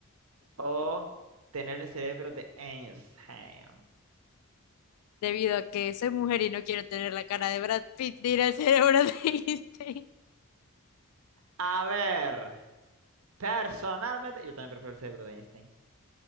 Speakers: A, on the right; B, on the left.
A: o tener el cerebro de Einstein?
B: debido a que soy mujer y no quiero tener la cara de Brad Pitt, dirá el cerebro de Einstein.
A: A ver, personalmente, yo también prefiero el cerebro de Einstein.